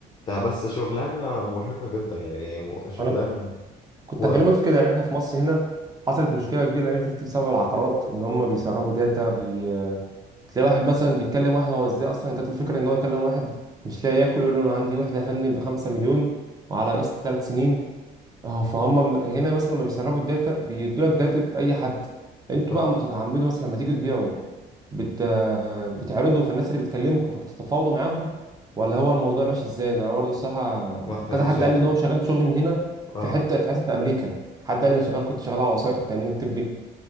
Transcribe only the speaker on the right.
انا كنت
هكلمك في كده يعني احنا في مصر هنا حصلت مشكله كبيره الايام اللي فاتت بسبب العقارات ان هم بيسربوا داتا بي... تلاقي واحد مثلا بيتكلم واحد هو ازاي اصلا جات له الفكره ان هو يكلم واحد مش لاقي ياكل يقول له انا عندي وحده يا فندم ب 5 مليون وعلى قسط 3 سنين اه فهم هنا مثلا لما بيسربوا الداتا بيدوا لك داتا اي حد انتوا
بقى بتتعمدوا مثلا لما تيجوا تبيعوا بت... بتعرضوا فالناس اللي بتكلمكم فبتتفاوضوا معاهم ولا هو الموضوع ماشي ازاي انا برضه الصراحه
كذا حد
قال لي ان هو شغال شغل من هنا
في حته في حته في امريكا حد قال لي انا شغال كنت شغال على وثائق التامين الطبي